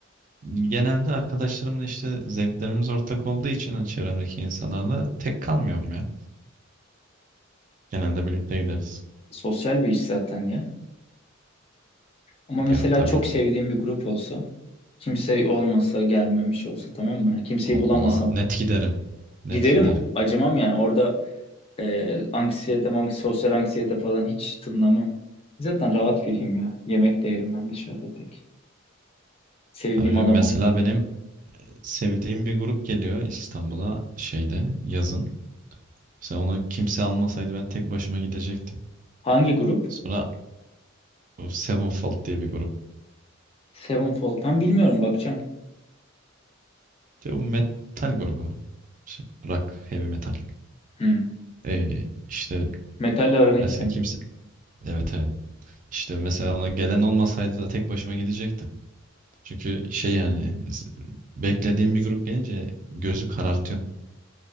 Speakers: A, on the right (about 40°); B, on the left (about 30°).
A: genelde arkadaşlarımla işte zevklerimiz ortak olduğu için hani çevremdeki insanlarla tek kalmıyorum ya. Genelde birlikte gideriz.
B: Sosyal bir iş zaten ya. Ama mesela
A: Ya tabii
B: çok
A: ki
B: sevdiğim bir grup olsa, kimse olmasa, gelmemiş olsa tamam mı? Yani Kimseyi
A: O-
B: bulamasam
A: Ona net giderim. Net
B: giderim,
A: giderim.
B: acımam yani. Orada e, anksiyete, mank- sosyal anksiyete falan hiç tınlamam. Zaten rahat biriyim ya. Yemek de yerim ben dışarıda tek. Sevdiğim
A: Tabii hocam
B: adamı.
A: mesela benim sevdiğim bir grup geliyor İstanbul'a şeyde yazın. Mesela onu kimse almasaydı ben tek başıma gidecektim.
B: Hangi grup?
A: Sonra o Sevenfold diye bir grup.
B: Sevenfold. Ben bilmiyorum bakacağım.
A: Diyor, bu metal grubu. Şey, rock, heavy metal.
B: Hmm.
A: Ee, işte
B: Metalle aran
A: mesela
B: iyi senin.
A: kimse... Evet evet. İşte mesela ona gelen olmasaydı da tek başıma gidecektim. Çünkü şey yani beklediğim bir grup gelince gözü karartıyor.